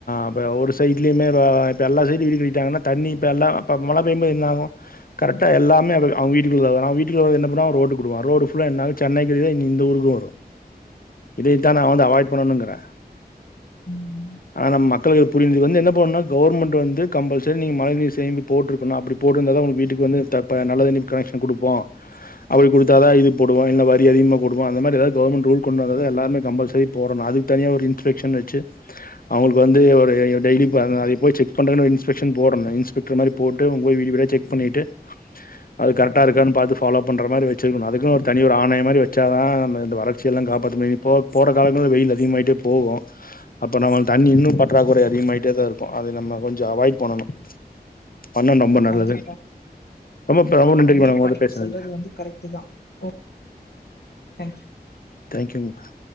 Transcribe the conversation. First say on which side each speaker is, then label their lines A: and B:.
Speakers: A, on the left (about 60°); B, on the left (about 80°).
A: இப்ப ஒரு சைட்லயுமே இப்ப எல்லா சைடு வீடு கட்டிட்டாங்கன்னா தண்ணி. இப்ப எல்லாம இப்ப மழ பெயும்போது என்ன ஆகு. கரெக்டா எல்லாமே அவங்க வீட்டுக்குள்ள வீட்டுக்குள்ள என்ன பண்ண ரோட்டுக்குடுவா ரோடு ஃபுல்லா சென்னைக்கு இந்த ஊருக்கு வரு. இதைத்தா நா வந்து அவாய்ட் பண்ணனுங்குற.
B: ம்
A: ஆனா நம் மக். களுக்கு புரி என்ன பண்ணுனா கவர்மெண்ட் வந்து கம்பல்சரி நீ மழை நீர். தேங்கு போட்டுருக்கனு அப்படி போட்டுருந்தாதா உங்களுக்கு வீட்டுக்கு வந்து நல்ல தண்ணி கனைக்க்ஷன் குடுப்போ. அப்டி குடுத்தாதா இது போடுவோ இல்ல வரி அதிகமாக குடுப்போ அந்த மாரிதாவது கவர்மெண்ட் ரூல் கொண்டு வந்த எல்லாரு கம்பல்சரி போடணு அது தனியாக ஒரு இன்ஸ்பெக்ஷன் வச்சு அவங்களுக்கு வந்து ஒரு <unintelligible> செக் பண்றனு இன்ஸ்பெக்சன் போடனு. ஸ்பிக்கர் மாரி போட்டு உங்க வீடு பூரா செக் பண்ணிட்டு அது கரெக்டாக இருக்கான்னு பாத்து ஃபாலோ பண்ணற மாரி வச்சுக்கணு அதுக்கு ஒரு தனி ஒரு ஆனையோ மாரி வச்சாதா நம்ம இந்த வளர்ச்சியெல்லாம் காப்பாத்த முடியு போ போற காலங்கள்ல வெயில் அதிகமாயிட்டே போகு. அப்போ நம்ம தண்ணி இன்னும் பற்றாக்குற அதிகமாயிட்டேதா இருக்கு அதை நம்ம கொஞ்சோ அவாய்ட் பண்ணணு. பண்ணா ரொம்ப நல்லது.
B: கண்டிப்பா
A: ரொம்ப ரொம்ப நன்றி
B: கண்டிப்பா
A: <unintelligible> உங்களோட
B: நீங்க
A: பேசுனதுக்கு.
B: சொல்றது வந்து கரெக்ட் தான் ஓ தேங்க்யூ.
A: தேங்க்யூக்கா.